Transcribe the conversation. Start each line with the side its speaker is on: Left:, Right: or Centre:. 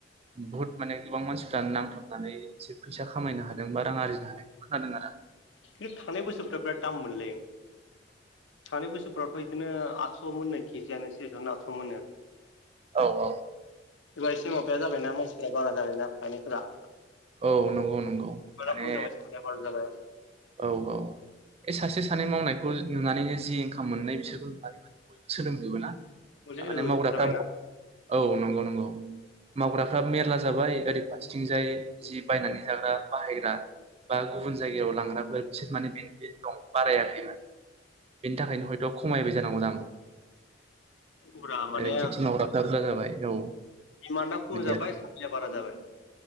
Right: बहुत माने गोबां मानसिफ्रानो नांथाबनानै एसे फैसा खामायनो हादों बा रां आरजिनो हादों खोनादों आरो।
Left: खिन्थु थांनाय बोसोरफाव बिराद दाम मोनलै थांनाय बोसोरफ्रावथ' बिदिनो आठस' मोननो केजियनो सेरसेयावनो आठस' मोननो।
Right: औ-औ
Left: एबा एसे माबाया जाबायना मानसिफोरारा बारा जाबायना गायनायफोरा
Right: औ नंगौ-नंगौ
Left: बिबारा
Right: माने
Left: खम जाबाय साप्लाया बारा जाबाय
Right: औ-औ बे सासे सानै मावनायखौ नुनानैनो जि इंखाम मोननाय बिसोरखौ नुनानै माने बयबो सोलोंजोबो ना?
Left: मुलि
Right: थारमाने
Left: होजोबथारबायना
Right: मावग्राफ्राबो औ नंगौ-नंगौ मावग्राफ्रा मेरला जाबाय ओरै फारथिंजाय जि बायनानै जाग्रा बाहायग्रा बा गुबुन जायगायाव लांग्रा बिसोर माने बेनिफिट दं बारायाखैमोन बेनि थाखायनो हयथ' खमायबाय जानांगौ दामा।
Left: फुरा माने
Right: ओरै खेथि मावग्राफ्रा बुरजा जाबाय औ
Left: दिमान्डआ खम
Right: बिदि
Left: जाबाय
Right: आरो
Left: साप्लाया बारा जाबाय